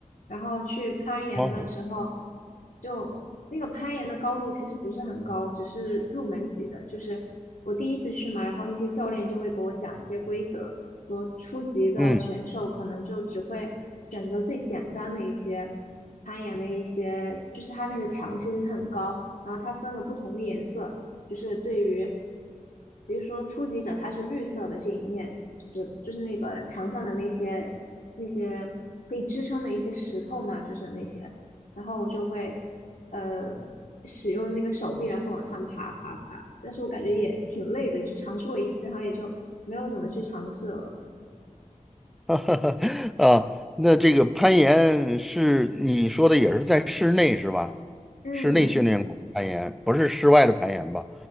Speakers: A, on the left (about 85°); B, in the centre.
A: 然后去攀岩的时候，
B: 好，
A: 就那个攀岩的高度其实不是很高，只是入门级的。就是我第一次去嘛，然后那些教练就会给我讲一些规则，说初级的选手可能就只会选择最简单的一些攀岩的一些，
B: 嗯。
A: 就是它那个墙其实很高，然后它分了不同的颜色。就是对于，比如说初级者，它是绿色的这一面石，就是那个墙上的那些那些可以支撑的一些石头嘛，就是那些，然后我就会呃使用那个手臂，然后往上爬爬爬，但是我感觉也挺累的，就尝试过一次，然后也就没有怎么去尝试了。
B: <laughs> 啊，那这个攀岩是你说的也是在室内是吧？
A: 嗯，
B: 室内训练馆的攀岩，不是室外的攀岩吧？